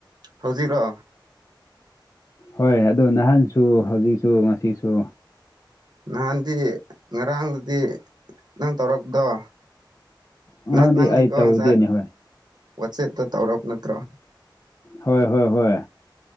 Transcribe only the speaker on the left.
ꯍꯣꯏ ꯑꯗꯨ ꯅꯍꯥꯟꯁꯨ ꯍꯧꯖꯤꯛꯁꯨ ꯉꯁꯤꯁꯨ
ꯉꯔꯥꯡꯗꯤ
ꯑꯩ ꯇꯧꯗꯦꯅꯦ
ꯍꯣꯏ
ꯍꯣꯏ ꯍꯣꯏ ꯍꯣꯏ